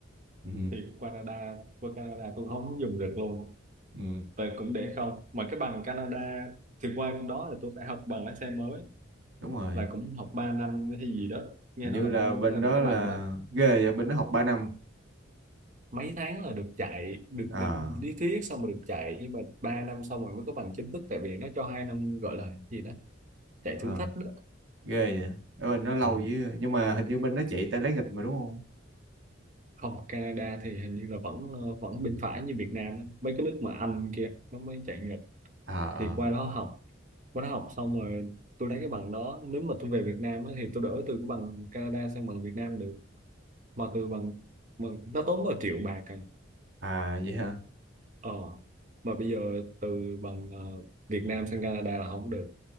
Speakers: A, on the right (about 70°); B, on the right (about 40°).
A: Ừ.
B: thì Canada qua Canada tôi không dùng được luôn
A: Ừ.
B: tôi cũng để không mà cái bằng Canada thì qua đó là tôi phải học bằng lái xe mới
A: đúng rồi
B: là cũng học 3 năm hay gì đó nghe
A: hình
B: nói
A: như
B: là
A: là
B: 3 năm
A: bên
B: mới ra
A: đó
B: được cái
A: là
B: bằng đó
A: ghê vậy bên đó học ba năm
B: mấy tháng là được chạy được
A: à,
B: lý thuyết xong rồi được chạy nhưng mà 3 năm xong rồi mới có bằng chính thức tại vì nó cho hai năm gọi là gì đó chạy
A: à
B: thử thách đó
A: ghê vậy ở bên đó lâu
B: ừ.
A: với nhưng mà hình như bên đó chạy tay lấy nghịch mà đúng không
B: không Canada thì hình như là vẫn ờ, vẫn bên phải như Việt Nam á. mấy cái nước mà Anh kia nó mới chạy nghịch
A: à
B: thì qua đó học qua đó học xong rồi tôi lấy cái bằng đó nếu mà tôi về Việt Nam á, thì tôi đổi từ cái bằng Canada sang bằng Việt Nam được mà từ bằng bằng nó tốn có triệu bạc à.
A: à à, vậy hả
B: Ờ, mà bây giờ từ bằng ờ, Việt Nam sang Canada là không được.